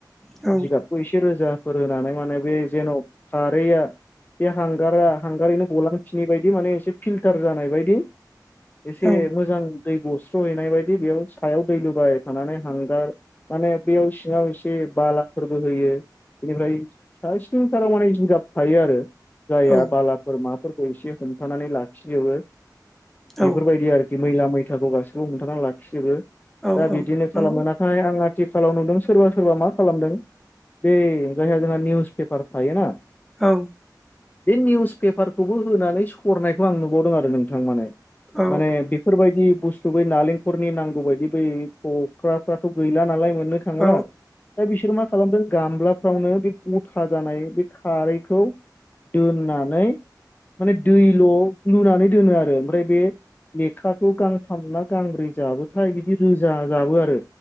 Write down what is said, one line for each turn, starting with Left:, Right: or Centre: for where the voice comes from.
Centre: औ
Left: जिगाबखौ एसे रोजा। फोर होनानै माने बे जेन' खारैआ बे हांगारा हांगारैनो गलांफिनि बायदि माने एसे फिल्टार जानाय बायदि एसे
Centre: औ
Left: मोजां दै गस्र' हैनाय बायदि बेयाव सायाव दै लुबाय थानानै हांगार माने बेयाव सिङाव एसे बाला फोरबो होयो बेनिफ्राय सा सिनथाराव माने जिगाब थायो आरो। जाया
Centre: औ
Left: बाला फोरखौ एसे हमथानानै लाखिजोबो
Centre: औ
Left: बेफोरबायदि आरोखि। मैला मैथाखौ गासैखौबो हमथानानै लाखिजोबो
Centre: औ
Left: दा
Centre: औ
Left: बिदिनो खालामो
Centre: नंगौ
Left: नाथाय आंहा थिखालाव नुदों सोरबा सोरबा मा खालामदों बे जायहा जोंहा निउस पेपार थायोना
Centre: औ।
Left: बे निउस पेपारखौबो होनानै सरनायखौ आं नुबावदों आरो नोंथां माने
Centre: औ
Left: माने बेफोरबायदि बुस्थु बै नालेंखलनि नांगौ बायदि बै थख्राफ्राथ' गैला नालाय मोननो थांला
Centre: औ
Left: दा बिसोर मा खालामदों गामलाफ्रावनो बे मथा जानाय बे खारैखौ दोननानै माने दैल' लुनानै दोनो आरो ओमफ्राय बे लेखाखौ गांथाम ना गांब्रै जाबोथाय बिदि रोजा जाबो आरो।